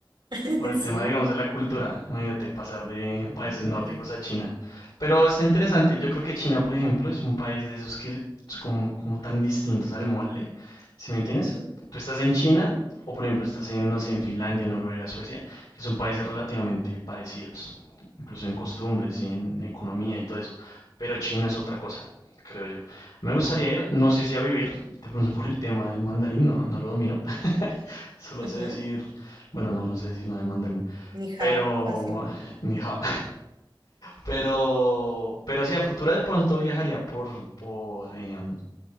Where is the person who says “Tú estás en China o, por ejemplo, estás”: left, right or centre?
Left